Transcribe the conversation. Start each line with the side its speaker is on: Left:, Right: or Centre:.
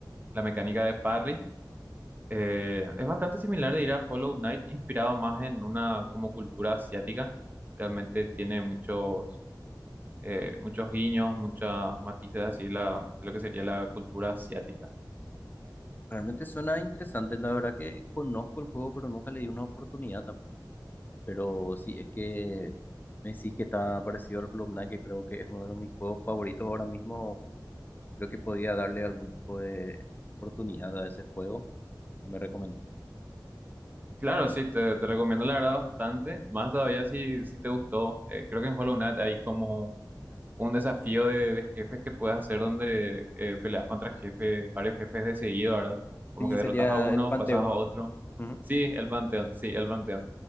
Right: la mecánica de parry eh, es bastante similar, diría, a Hollow Knight, inspirado más en una como cultura asiática. Realmente tiene muchos, eh, muchos guiños, muchas matices así la, de lo que sería la cultura asiática.
Left: Realmente suena interesante, la verdad que conozco el juego, pero nunca le di una oportunidad tampoco. Pero sí, es que me decís que está parecido al Hollow Knight, que creo que es uno de mis juegos favoritos ahora mismo. Creo que podría darle algún tipo de oportunidad a ese juego que me recomienda.
Right: Y claro, sí, te, te recomiendo la verdad bastante. Más todavía si, si te gustó. eh, creo que en Hollow Knight hay como un desafío de, de jefes que puedes hacer donde eh, peleas contra jefes, varios jefes de seguido, ¿verdad? Como
Left: Sí,
Right: que derrotas
Left: sería
Right: a uno,
Left: el Panteón.
Right: pasas a otro.
Left: Ujú.
Right: Sí, el Panteón, sí, el Panteón.